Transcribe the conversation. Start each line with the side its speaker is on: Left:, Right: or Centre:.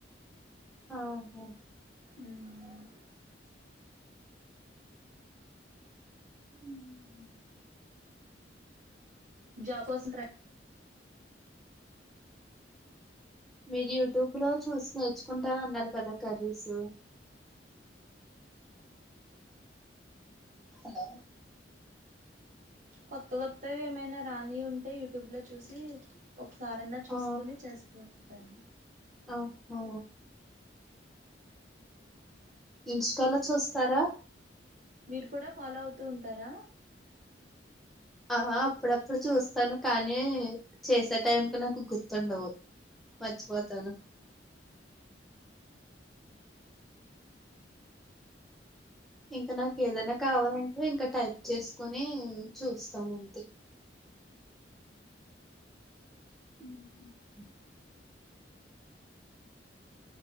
Centre: ఆహా
Right: ఉమ్
Centre: ఉమ్
Right: జాబ్ కోసం ట్రై
Centre: మీరు యూట్యూబ్ లో చూసి నేర్చుకుంటాన్ అన్నారు కదా కర్రీస్ హలో
Right: కొత్త కొత్తవి ఏమైనా రాని ఉంటే యూట్యూబ్లో చూసి ఒకసారన్నా చూస్కుని
Centre: ఆ
Right: చేస్తూ ఉంటాను
Centre: ఆ హు ఇంస్టాలో చూస్ తర
Right: మీర్ కూడా ఫాలో అవుతూ ఉంటారా
Centre: ఆ అప్పుడప్పుడు చూస్తాను కానీ చేసే టైంకి నాకు గుర్తుండవు. మర్చిపోతాను
Right: అ <inaudible>
Centre: ఇంకా నాకేదన్న కావాలంటే ఇంకా టైప్ చేస్కొని చూస్తాన్ అంతే <inaudible>